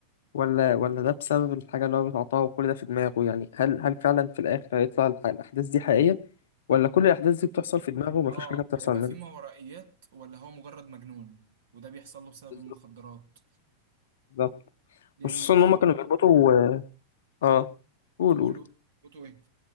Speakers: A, on the left (about 60°); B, on the right (about 60°).
A: ولا ولا ده بسبب الحاجة اللي هو بيتعاطاها وكل ده في دماغه يعني هل هل فعلا في الآخر هيطلع الح- الأحداث دي حقيقية ولا كل
B: ممكن
A: الأحداث دي
B: هيبقى
A: بتحصل
B: فيه
A: في دماغه ومفيش
B: اه
A: حاجة بتحصل
B: هيبقى
A: منها
B: فيه ما ورائيات ولا هو مجرد مجنون وده بيحصل له بسبب
A: بالظبط
B: المخدرات
A: بالظبط
B: لان
A: خصوصا إن
B: خلي
A: هما كانوا
B: بالك
A: بيربطوا آه قول
B: نقول
A: قول
B: قول قول- قلتوا ايه